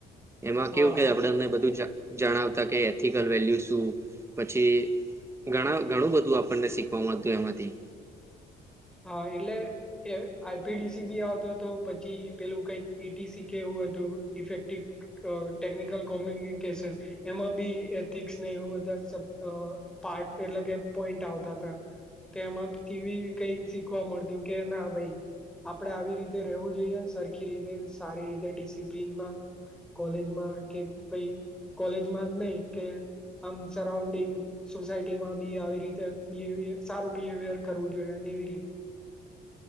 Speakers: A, on the right (about 15°); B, in the centre.
A: એમાં કેવું
B: હા
A: કે આપડે અમને બધું જ જણાવતા કે એથિકલ વેલ્યુ શું પછી ઘણા ઘણું બધું આપણને શીખવામાંતું એમાંથી
B: હા એલે કે I P D C B આવતો હતો પછી પેલું કઈક ઈ ટી સી કેવું હતું ઇફેક્ટિવ અ ટેકનિકલ કોમ્યુનિકેશન એમાં બી એથિક્સને એવ બધા સા આ પાર્ટ એટલે કે પોઈન્ટ આવતા હતા. તેમાં કેવી કઈ શીખવા મળતું કે ના ભાઈ આપડે આવી રીતે રવું જોઈએ સરખી રીતે સારી રીતે ડિસિપ્લીનમાં કોલેજમાં કે ભાઈ કોલેજમાં જ નહી કે આમ સરાઉન્ડિંગ સોસાયટીમાં બી આવી રીતે બિવિયર સારું બિવિયર કરવું જોએ જડાને વિરીધ